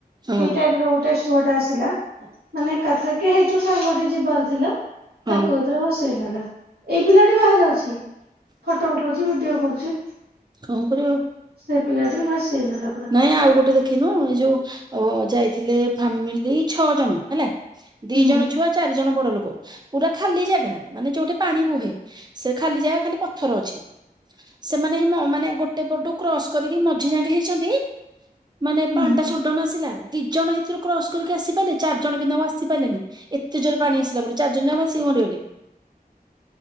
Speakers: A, on the right; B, on the right.
A: ହଁ
B: ସେଇ ଟାଇପ୍ ର ଗୋଟେ ସୁୁଅଟେ ଆସିଲା ମାନେ ଏକାଥରକେ ହେଇଯୋଉ ସାଙ୍ଗଟେ ଯିବାର ଥିଲା
A: ହଁ
B: ତାକୁ ଏଇଥିରେ ଭସେଇନେଲା। ଏଇ ପିଲାଟି ବାହାରେ ଅଛି ଫଟୋ ଉଠଉଛି, ଭିଡିଓ କରୁଛି।
A: କଣ କରିବ ଆଉ?
B: ସେ ପିଲାଟିକି ଭସେଇ ନେଲା ପୁରା।
A: ନାଇଁ ଆଉ ଗୋଟେ ଦେଖିନୁ ଏ ଯୋଉ ଅବ ଯାଇଥିଲେ ଫାମିଲ୍ ଦେଇ ଛଅ ଜଣ ହେଲା। ଦି
B: ହୁଁ
A: ଜଣ ଛୁଆ, ଚାରି ଜଣ ବଡ ଲୋକ, ପୁରା ଖାଲି ଜାଗା ମାନେ ଯୋଉଠି ପାଣି ବୁହେ। ସେ ଖାଲି ଜାଗା ଖାଲି ପଥର ଅଛି। ସେମାନେ ଏହି ମ ମାନେ ଗୋଟେ ପଟୁ କ୍ରସ୍ କରିକି ମଝି ଯାଁକେ ହେଇ ଛନ୍ତି, ମାନେ
B: ହୁଁ।
A: ପାଣିଟା ସର୍ଡନ୍ ଆସିଲା ଦି ଜଣ ହେତୁରୁ କ୍ରସ୍ କରିକି ଆସିପାଇଲେ, ଚାରିଜଣ କିନ୍ତୁ ଆଉ ଆସିପାଇଲେନି। ଏତେ ଜୋରେ ପାଣି ଆସିଲା ବୋଲି ଚାରିଜଣ ଯାକ ଭାସିକି ମରିଗଲେ।